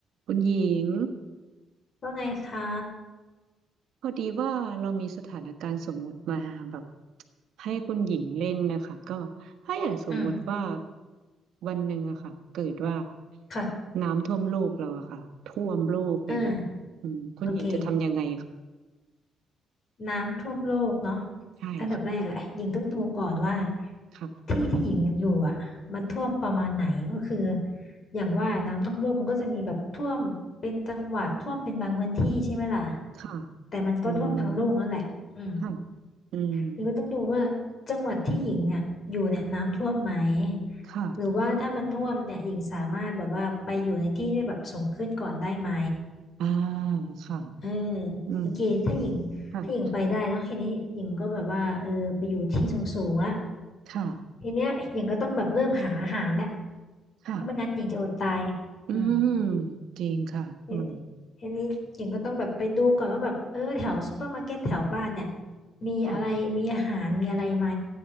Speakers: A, on the right; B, on the left.
A: คุณหญิง
B: ว่าไงคะ
A: พอดีว่าเรามีสถานการณ์สมมุติมาแบบให้คุณหญิงเล่นนะคะก็ถ้าอย่างสมมุติว่า
B: อืม
A: วันหนึ่งอะค่ะเกิดว่า
B: ค่ะ
A: น้ำท่วมโลกเราอะค่ะท่วมโลกเลยค่ะ
B: อ่า
A: อืมคุณหญิงจะทำยังไงค่ะ
B: โอเคน้ำท่วมโลกเนาะ
A: ใช่ค่ะ
B: อันดับแรกอะหญิงต้องดูก่อนว่า
A: ค่ะ
B: ที่ที่หญิงอยู่อะมันท่วมประมาณไหนก็คืออย่างว่าน้ำท่วมโลกมันก็จะมีแบบท่วมเป็นจังหวัดท่วมเป็นบางพื้นที่ใช่ไหมล่ะ
A: ค่ะ
B: แต่มันก็ท่วมทั้งโลกนั่นแหละอืม
A: อืมค่ะอืม
B: หญิงก็ต้องดูว่าจังหวัดที่หญิงเนี่ยอยู่เนี่ยน้ำท่วมไหม
A: ค่ะ
B: หรือว่าถ้ามันท่วมเนี่ยหญิงสามารถแบบว่าไปอยู่ในที่ที่แบบสูงขึ้นก่อนได้ไหม
A: อ่าค่ะ
B: เออ
A: อืม
B: โอเคถ้าหญิงถ้าหญิงไปได้เนาะทีนี้หญิงก็แบบว่าเออไปอยู่ที่สูงๆละ
A: ค่ะค่ะ
B: ทีเนี้ยหญิงก็ต้องแบบเริ่มหาอาหารแล้ว
A: ค่ะ
B: เพราะไม่งั้นหญิงจะอดตาย
A: อืม
B: อืม
A: จริงค่ะอืม
B: ทีทีนี้หญิงก็ต้องแบบไปดูก่อนว่าแบบเออแถวซูเปอร์มาร์เก็ตแถวบ้านเนี่ยมีอะไรมีอาหารมีอะไรไหม
A: ค่ะ